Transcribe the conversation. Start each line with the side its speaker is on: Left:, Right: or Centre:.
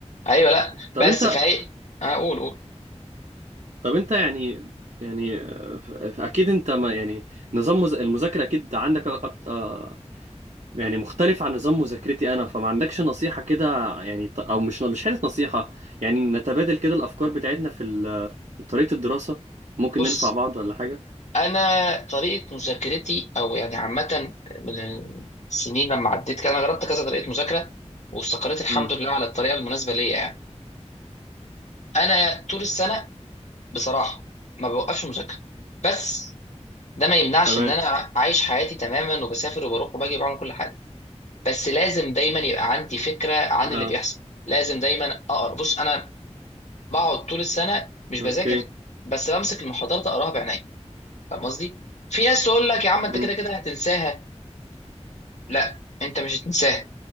Left: ايوه لا
Right: طب
Left: بس
Right: انت
Left: فهي آه قول قول
Right: طب انت يعني يعني آه، اكيد انت ما يعني نظام مز- المذاكره اكيد عندك أكتر يعني مختلف عن نظام مذاكرتي انا فما عندكش نصيحة كده يعني ط- او مش مش حاجة نصيحة يعني نتبادل كده الافكار بتاعتنا في ال- في طريقة الدراسة ممكن
Left: بص
Right: ننفع بعض ولا حاجة
Left: انا طريقه مذاكرتي او يعني عامه من السنين لما عديت كده انا جربت كذا طريقه مذاكره واستقريت الحمد
Right: امم
Left: لله على الطريقه المناسبه ليا يعني انا طول السنه بصراحه ما بوقفش مذاكره بس ده ما يمنعش
Right: تمام
Left: ان انا عايش حياتي تماما وبسافر وبروح وباجي وبعمل كل حاجه بس لازم دايما يبقى عندي فكره عن اللي
Right: اه
Left: بيحصل لازم دايما اقرا بص انا بقعد طول السنه مش
Right: اوكي
Left: بذاكر بس بمسك المحاضرات اقراها بعيني فاهم قصدي في ناس تقول لك يا عم انت
Right: امم
Left: كده كده هتنساها لا انت مش هتنساها